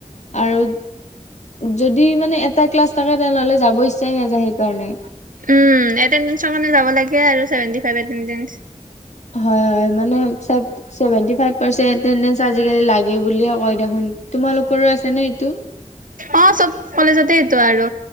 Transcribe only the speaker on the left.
আৰু যদি মানে এটা ক্লাছ থাকে তেনেহলে যাব ইচ্ছাই নাযায় সেইকাৰণে।
হয়-হয় মানে সেভেনটি ফাইভ পাৰ্চ এতেনডেচ আজিকালি লাগে বুলিয়ে কয় দেখোন। তোমালোকৰো আছে নে এইটো